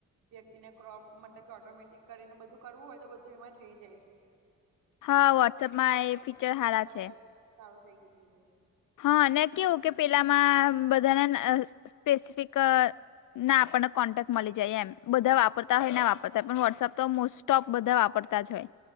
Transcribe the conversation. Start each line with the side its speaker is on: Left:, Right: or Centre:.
Right: વ્યક્તિને ક્રોપ મતલબ કે. ઓટોમેટિક કરીને બધું કરવું હોય તો બધું એમાં થઈ જાય છે.
Left: હા
Right: જોવા
Left: વોટ્સઅપમાં
Right: જઈએ તો વોટસઅપ
Left: એ ફીચર
Right: બધી
Left: સારા
Right: રીતના
Left: છે
Right: હવે સારું થઈ ગયું છે બધું.
Left: હા કેવું કે પેલામાં બધાના સ્પેસિફિક. ના આપણને કોન્ટેક્ટ મળી જાય એમ બધા વાપરતા હોય નેપ. તા પણ વોટ્સઅપ તો મોસ્ટોપ બધા વાપરતાજ હોય.